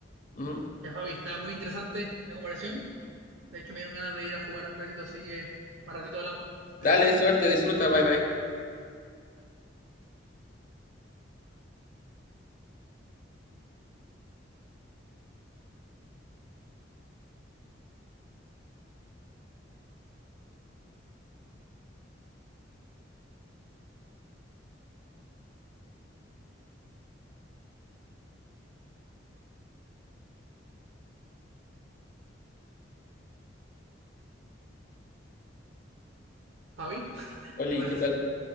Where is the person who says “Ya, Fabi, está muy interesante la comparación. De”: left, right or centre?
Right